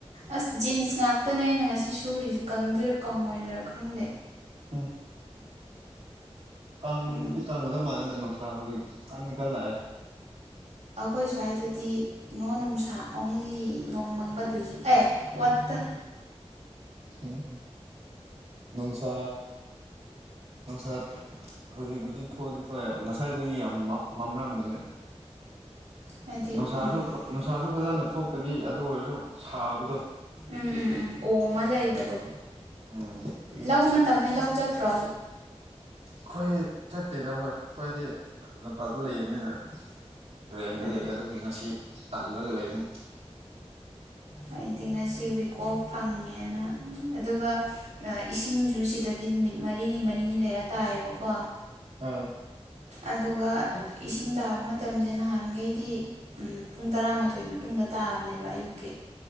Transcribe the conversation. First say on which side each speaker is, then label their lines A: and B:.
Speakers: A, on the right; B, on the right.
A: ꯑꯁ ꯖꯤꯟꯁ ꯉꯥꯛꯇꯅꯦ ꯑꯩꯅ ꯉꯁꯤ ꯁꯨꯔꯤꯁꯦ ꯀꯪꯗꯣꯏꯔꯥ ꯀꯪꯉꯣꯏꯗꯣꯏꯔꯥ ꯈꯪꯗꯦ
B: ꯎꯝ ꯀꯥꯡꯗꯤ
A: ꯎꯝ
B: ꯀꯥꯡꯒꯗ ꯃꯥꯟꯅꯗꯅꯣ ꯍꯧꯖꯤꯛ ꯀꯥꯟꯅꯤ ꯀꯜꯂꯑ
A: ꯑꯩꯈꯣꯏ ꯁ꯭ꯋꯥꯏꯗꯗꯤ ꯅꯣꯡ ꯅꯨꯡꯁꯥ ꯑꯣꯡꯂꯤ ꯅꯣꯡ ꯃꯪꯕꯗꯨꯏꯒꯤ ꯑꯦ ꯋꯥꯠꯇ
B: ꯎꯝ ꯅꯅꯨꯡꯁꯥ ꯅꯨꯡꯁꯥꯠ ꯍꯧꯖꯤꯛꯕꯨꯗꯤ ꯊꯣꯛꯑꯗꯤ ꯊꯣꯛꯑꯦ ꯉꯁꯥꯏꯗꯨ ꯌꯥꯝ ꯃꯝꯂꯝꯝꯕꯅꯦ
A: ꯍꯥꯏꯗꯤ
B: ꯅꯨꯡꯁꯥꯁꯨ
A: ꯎꯝ
B: ꯅꯨꯡꯁꯥꯁꯨ ꯐꯖꯅ ꯊꯣꯛꯇꯕꯤ ꯑꯗꯨ ꯑꯣꯏꯔꯁꯨ ꯁꯥꯕꯗꯣ <inaudible>
A: ꯎꯝ ꯎꯝ ꯎꯝ ꯑꯣꯝꯃ ꯂꯩꯕꯗꯣ
B: ꯇꯧꯋꯦ ꯎꯝ
A: ꯂꯧ ꯃꯇꯝꯅꯤ ꯂꯧ ꯆꯠꯇ꯭ꯔꯣ
B: ꯑꯩꯈꯣꯏ ꯆꯠꯇꯦꯗ ꯍꯣꯏ ꯈ꯭ꯋꯥꯏꯗꯤ ꯂꯝꯄꯥꯛꯇ ꯂꯩꯕꯅꯤꯅ ꯔꯦꯟꯗ
A: ꯑꯗ
B: ꯂꯩ ꯑꯗꯨꯒꯤ ꯉꯁꯤ ꯇꯜꯂꯒ ꯂꯩꯔꯅꯤ
A: ꯑꯩꯗꯤ ꯉꯁꯤ ꯋꯤꯛ ꯑꯣꯐ ꯐꯪꯉꯦꯅ ꯑꯗꯨꯒ ꯏꯁꯤꯡꯖꯨ ꯁꯤꯗꯗꯤ ꯅꯨꯃꯤꯠ ꯃꯔꯤꯅꯤ ꯃꯔꯤꯅꯤ ꯂꯩꯔ ꯇꯥꯏꯌꯦꯕꯀꯣ
B: ꯑꯥ
A: ꯑꯗꯨꯒ ꯏꯁꯤꯡ ꯇꯥꯕ ꯃꯇꯝꯁꯦ ꯅꯍꯥꯟꯈꯩꯗꯤ ꯄꯨꯡ ꯇꯔꯥꯃꯥꯊꯣꯏ ꯃꯇꯨꯡꯗ ꯇꯥꯕꯅꯦꯕ ꯑꯌꯨꯛꯀꯤ